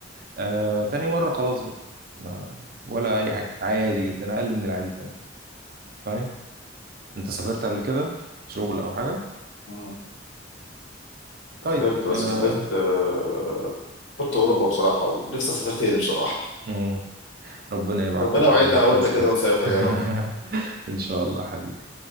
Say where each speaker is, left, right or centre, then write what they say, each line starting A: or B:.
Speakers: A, on the right; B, on the left.
A: آه تاني مرة خلاص بقى ما ولا أي حاجة عادي جدا أقل من العادي كمان فاهم أنت سافرت قبل كده شغل أو حاجة؟
B: مم.
A: طيب
B: سافرت بس
A: آه،
B: سافرت آه، سافرت اوروبا بصراحه ونفسي اسافر تاني بصراحه
A: مم. ربنا يبعت
B: ربنا
A: ان شاء
B: يوعدنا
A: الله
B: انا
A: فلوس
B: وانت كده
A: كده
B: ونسافر
A: <laughs>
B: يا رب
A: ان شاء الله حبيبي